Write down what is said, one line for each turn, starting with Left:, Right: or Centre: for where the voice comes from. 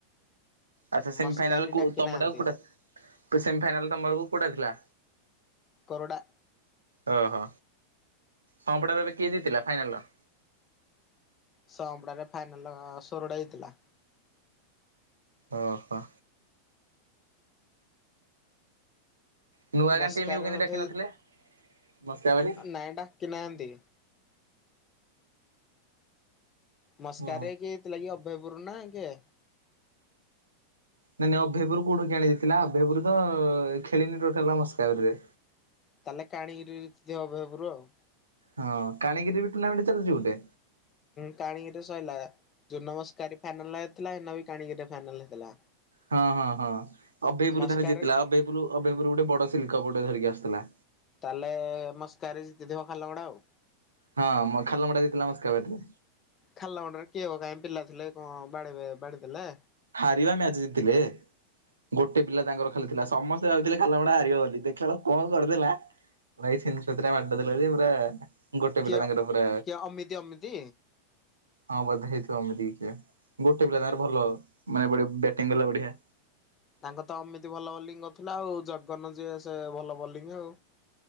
Right: ଆଛା ସେମିଫାଇନାଲ
Left: ମସ୍କାରି ଡାକି
Right: ତମ
Left: ନାହାନ୍ତି
Right: ଟାକୁ ସେମି ଫାଇନାଲ ତମରକୁ କୋଉଟା ଥିଲା।
Left: କରଡ଼ା।
Right: ଓହୋ ସମ୍ପଡାରେ ଏବେ କିଏ ଜିଥିଲା ଫାଇନାଲ ର।
Left: ସମ୍ପଦରେ ଫାଇନାଲ ସୋରଡା ଜିତିଲା।
Right: ଓହୋ। ନୂଆ
Left: ମସ୍କାରେ
Right: ଗାଁ ଟିମକୁ କେମିତି
Left: ବୋଧେ
Right: ଡାକି ନଥିଲେ ମସ୍କା ବାରି
Left: ନାଇଁ ଡାକି ନାହାନ୍ତି। ମସ୍କାରେ
Right: ହୁଁ।
Left: କିଏ ଜିତିଲାଗି ଅଭୟପୂର୍ ନା କିଏ?
Right: ନାଇଁ ନାଇଁ ଅଭୟପୁରୁ କୋଉଠୁ କି ଆଣି ଯାଇଥିଲା ଅଭୟପୁରୁ ତ ଖେଳିନି ଟୋଟାଲ ହେଲା ମସ୍କାରରେ।
Left: ତାହେଲେ କାଣିକିରିବ ଜିତିବ ଅଭାୟପୁରୁ ଆଉ।
Right: ହଁ କନିକିରି ରେ ବି ଟୁର୍ଣ୍ଣାମେଣ୍ଟ ଚାଲୁଛି ଗୋଟେ।
Left: କାଣିକିରିରେ ସରିଲା ଜୁ ନମସ୍କାରୀ ଫାଇନାଲ ହେଇଥିଲା ବି କାନିକିରିରେ ଫାଇନାଲ ହେଇଥିଲା।
Right: ହଁ ହଁ ହଁ ଅଭୟପୁର
Left: ମସ୍କାରେ
Right: ତାହାଲେ ଜିତିଥିଲା ଅଭୟପୁର ଅଭୟପୁର ଗୋଟେ ବଡ ସିଲକପୋଟେ ଧରିକି ଆସିୁଥିଲା।
Left: ତାହେଲେ ମସ୍କାରାରେ ଜିତିଥିବ ହାଲଗୁଡା ଆଉ।
Right: ହଁ ଖାଲମଡା ଜିତିଲା ମସ୍କାବାରିରେ।
Left: ଖାଲା ମଣ୍ଡରେ କିଏ କାହିଁ ପିଲା ଥିଲେ କଣ ବା ବାଡି ଦେଲେ।
Right: ହାରିବା ମ୍ୟାଚ ଜିତିଲେ। ଗୋଟେ ପିଲା ତାଙ୍କର ଖାଲିଥିଲା ସମସ୍ତେ ଭାବଥିଲେ ଖାଲ ଖାଲମଡା ହାରିବ ବୋଲି ଦେଖିଲ ବେଲୁକୁ କଣ କରିଦେଲା। ଭାଇ ଛିନଛତରା ମାରିଦେଲା ପୁରା। ଗୋଟେ
Left: କିଏ?
Right: ପିଲା ତାଙ୍କର ପୁରା।
Left: କିଏ ଅମିତି ଅମିତି?
Right: ହଁ ବଧେ ହେଇଥିବ ଏମିତି କି କି ଗୋଟେ ପିଲା ତାର ଭଲ ମାନେ ବ ବ୍ୟାଟିଂ ଗଲା ବଢିଆ।
Left: ତାଙ୍କ ତ ଅମିତି ଭଲ ବୋଲିଂ କରୁଥିଲା ଆଉ ଜଗନ ଯିଏ ସେ ଭଲ ବୋଲିଂ ଆଉ।